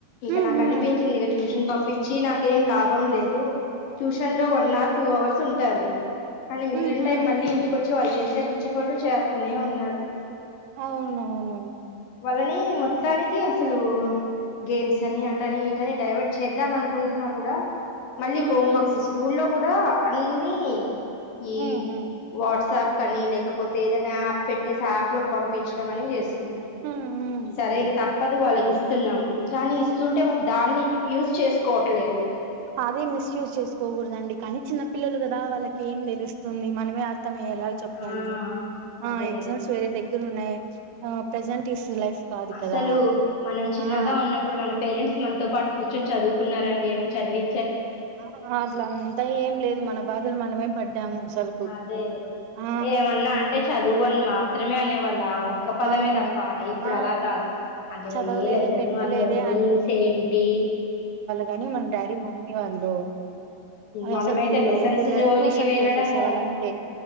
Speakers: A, on the left; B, on the right.
A: ఇంక
B: ఉమ్
A: నాకి
B: ఉమ్
A: అనిపించింది ఇగ ట్యూషన్ పంప్ పించి నాకేం లాభం లేదు ట్యూషన్ లో
B: um
A: one
B: um
A: or two hours ఉంటారు కానీ మిగిలిన
B: ఉమ్ ఉమ్
A: టైం మళ్ళీ ఇంటి వచ్చి వాళ్ళు చేసే పిచ్చి పనులు చేస్తనే ఉన్నారు
B: అవునవును
A: వాళ్ళని మొత్తానికి
B: ఉమ్
A: అసలు గేమ్స్ అని అటని ఇటని డైవర్ట్ చేద్దాం అనుకుంటున్నా కూడా మళ్ళీ
B: ఉమ్
A: హోమ్ వర్క్స్ స్కూల్లో కూడా అన్నీ ఈ
B: ఉమ్ ఉమ్
A: వాట్సాప్ కని లేకపోతే ఏదైనా యాప్ పెట్టేసి యాప్ లోకి పంపించడం అని చేస్ తున్నారు
B: ఉమ్ ఉమ్
A: సరే
B: ఉమ్
A: ఇగ తప్పదు వాళ్ళకి స్ ఇస్తున్నాం కానీ ఇస్తుంటే వాళ్ళు దాన్ని యూజ్ చేసుకోవట్లేదు
B: అదే మిస్యూజ్ చేసుకోకూడదండి కానీ చిన్న పిల్లలు కదా వాళ్ళకి ఏం తెలుస్తుంది మనమే అర్థం అయ్యేలాగ చెప్పాలి
A: ఆ
B: ఆ
A: అదే
B: ఎగ్జామ్స్ వేరే దగ్గి దగ్గర ఉన్నాయి ప్రజెంట్ ఈ ఫ్ లైఫ్ కాదు
A: అస్సలు
B: కదా
A: మనం చిన్నగా
B: ఆ
A: ఉన్నప్పుడు మనం పేరెంట్స్ మనతో పాటు కూర్చొని చదువుకున్నారండి ఏమైన చదివి
B: ఆ అట్ల అంతా ఏం లేదు మన బాధలు మనమేం పడ్డాము అసలుకు
A: అదే
B: ఆ
A: ఏమన్నా అంటే చదువు అని మాత్రమే అనేవాళ్ లావు ఒక్క పదమే
B: అవును
A: తప్ప ఇప్పుడు
B: ఆ
A: అలా కాదు అందులో
B: చదవలేదే
A: ఏ లెసను
B: పెట్టలేదే
A: అందులో మీనింగ్స్ ఏంటి
B: గానీ మన డాడీ మమ్మీ వాళ్ళు
A: మనమైతే
B: అసలుకు
A: లెసన్స్
B: ఏది లే
A: జోలికి
B: ట్యూషన్
A: వెళ్ళడము
B: కేసేసే వాళ్ళు అంతే